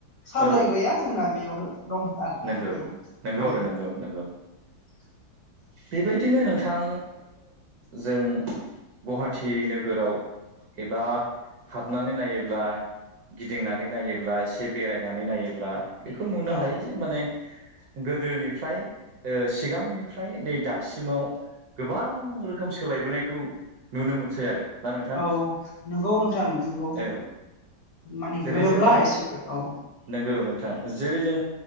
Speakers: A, on the left; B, on the right.
A: सामलायग्राया
B: औ
A: जोंना बेयावनो दं आरोना
B: नंगौ
A: नोंथां
B: नंगौ
A: औ
B: आरो नोंगौ नंगौ
A: <inaudible>
B: बेबायदिनो नोंथां जों गुवाहाटि नोगोराव एबा हाबनानै नायोब्ला गिदिंनानै नायोब्ला एसे बेरायनानै नायोब्ला बेखौ नुनो
A: औ
B: हायो जे माने गोदोनिफ्राय सिगांनिफ्राय नै दासिमाव गोबां रोखोम सोलायबोनायखौ नुनो मोनसै आरो ना नोंथां
A: औ नंगौ नोंथां नंगौ
B: औ
A: माने
B: जेरै
A: गोरोबला
B: जों
A: एसेबो औ
B: नंगौ जेरै जों